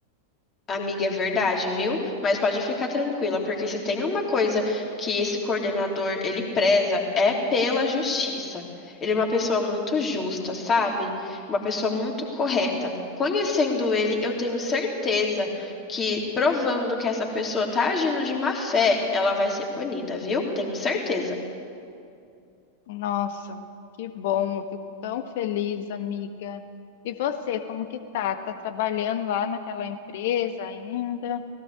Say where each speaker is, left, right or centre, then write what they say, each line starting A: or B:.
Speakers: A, on the left (about 25°); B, on the left (about 50°).
A: Amiga, é verdade, viu? Mas pode ficar tranquila, porque se tem uma coisa que esse coordenador ele preza é pela justiça. Ele é uma pessoa muito justa, sabe? Uma pessoa muito correta. Conhecendo ele, eu tenho certeza que provando que essa pessoa tá agindo de má fé, ela vai ser punida, viu? Tenho certeza.
B: Nossa, que bom, eu fico tão feliz, amiga. E você, como que tá? Tá trabalhando lá naquela empresa ainda?